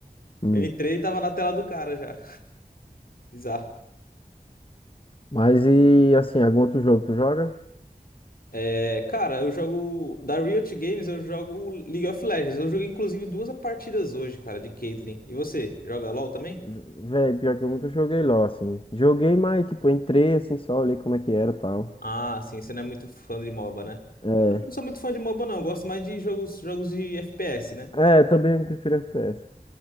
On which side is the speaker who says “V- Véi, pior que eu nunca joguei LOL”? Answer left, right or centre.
Left